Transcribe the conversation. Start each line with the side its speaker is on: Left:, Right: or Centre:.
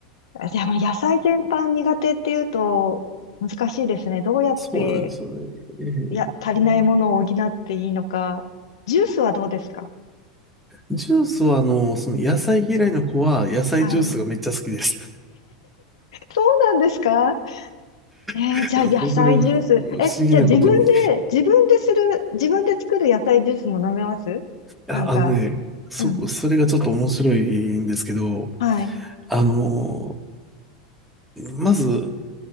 Left: あでも野菜全般苦手っていうと難しいですね。どうやって、
Centre: そうなんですよね。えーうん
Left: いや、足りないものを補っていいのか。ジュースはどうですか
Centre: ジュースは、あの、その野菜嫌いの子は野菜ジュースがめっちゃ好きです。
Left: うんはい。そうなんですかえーじゃあ野菜ジュース。
Centre: <laughs> いやもうこれ、ふ不思議なことに。
Left: え、じゃあ自分で、自分でする、自分で作る野菜ジュースも飲めますなんか、
Centre: あ、あのね、そこ、
Left: うん。
Centre: それがちょっと面白いんですけど、
Left: はい。
Centre: あの、まず、